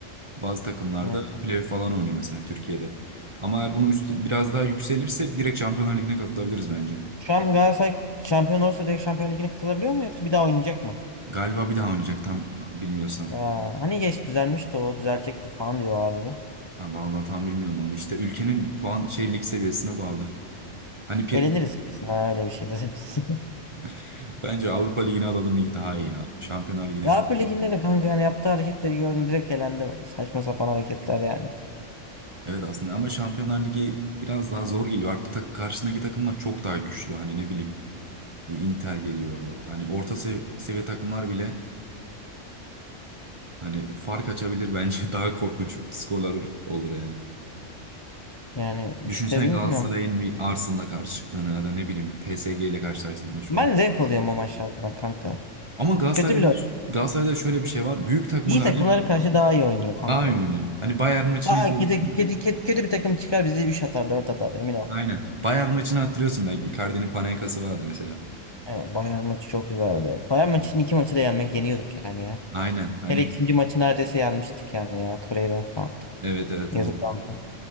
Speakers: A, on the right; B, on the left.
A: Bazı takımlarda
B: Hı.
A: playoff falan oynuyor mesela Türkiye'de. Ama eğer bunu üst, biraz daha yükselirsek direkt Şampiyonlar Ligi'ne katılabiliriz bence.
B: Şu an Galatasaray şampiyon olursa direkt Şampiyon Ligi'ne katılabiliyor mu yoksa bir daha oynayacak mı?
A: Galiba bir daha oynayacak tam bilmiyorsam.
B: Ya hani geç düzelmişti o düzelecekti falan diyorlardı.
A: Ha, vallahi tam bilmiyorum onu. İşte ülkenin puan şey lig seviyesine bağlı. Hani pi-
B: Eleniriz kesin ha öyle bir şey de biz. <laughs>
A: <laughs> bence Avrupa Ligi'ni alalım iyi- daha iyi ya. Şampiyonlar Ligi'ne
B: Ya
A: çok
B: Avrupa Ligi'nde
A: iyi.
B: de kanka yani yaptığı hareketleri gördüm direkt elendi. Saçma sapan hareketler yani.
A: Evet aslında ama Şampiyonlar Ligi biraz daha zor geliyor. Artık tak- karşısındaki takımlar çok daha güçlü. Hani ne bileyim bir Inter geliyor. Hani orta sev- seviye takımlar bile hani fark açabilir bence. <laughs> Daha korkunç skorlar olur yani.
B: Yani
A: Düşünsene
B: işte bilmiyorum.
A: Galatasaray'ın bir Arsenal'la karşı çıktığını ya da ne bileyim bir PSG ile karşılaştığını şu
B: Ben
A: an.
B: zevk alıyorum o maçlardan kanka.
A: Ama Galatasaray'da
B: Kötü bile
A: da,
B: oynuyor.
A: Galatasaray'da şöyle bir şey var. Büyük takıma
B: İyi
A: karşı
B: takımlara karşı daha iyi oynuyor kanka.
A: Daha iyi oynuyor. Hani Bayern maçını
B: Daha
A: izlemişsindir.
B: kötü, kötü, kötü, kötü bir takım çıkar bizi 3 atar 4 atar emin ol.
A: Aynen. Bayern maçını hatırlıyorsun belki. Icardi'nin Panenka'sı vardı mesela.
B: Evet, Bayern maçı çok güzeldi. Bayern maçının
A: Hı.
B: iki maçı da yenmek yeniyorduk yani ya.
A: Aynen. Hani
B: Hele ikinci maçı neredeyse yenmiştik yani ya. Torreira'nın falan.
A: evet evet
B: Yazık
A: o
B: oldu.